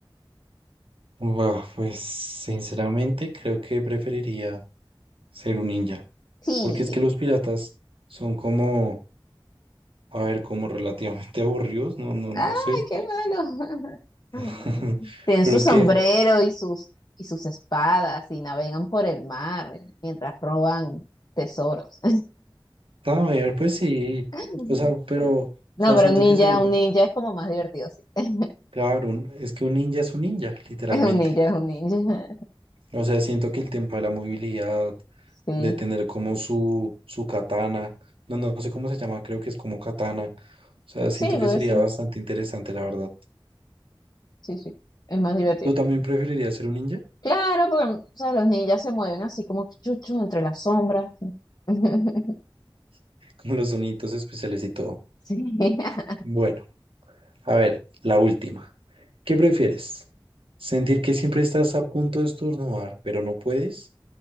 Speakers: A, on the right (about 80°); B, on the left (about 50°).
A: Buah, pues sinceramente creo que preferiría ser un ninja,
B: Sí,
A: porque es que los piratas son como, a ver, como relativamente <laughs> aburridos, no, no,
B: ¡Ay,
A: no sé.
B: qué malo! <laughs>
A: <laughs>
B: Tienen
A: Pero
B: su
A: es
B: sombrero
A: que,
B: y sus, y sus espadas y navegan por el mar mientras roban tesoros.
A: a ver, pues sí,
B: <laughs>
A: o sea, pero, o
B: No,
A: sea,
B: pero
A: siento
B: un ninja,
A: que se vuelve-
B: un ninja es como más divertido, sí.
A: Claro, un- es que un ninja es un ninja, literalmente.
B: <laughs> Un ninja es un ninja. <laughs>
A: O sea, siento que el tema de la movilidad,
B: Sí,
A: de tener como su, su katana, no, no sé cómo se llama, creo que es como katana. O sea,
B: sí,
A: siento
B: porque
A: que sería
B: sí,
A: bastante interesante, la verdad.
B: sí, sí, es más divertido.
A: ¿Tú también preferirías ser un ninja?
B: Claro, porque, o sea, los ninjas se mueven así como chuchos entre las sombras. <laughs>
A: <laughs> Con los sonidos especiales y todo.
B: Sí. <laughs>
A: Bueno, a ver, la última. ¿Qué prefieres? ¿Sentir que siempre estás a punto de estornudar, pero no puedes?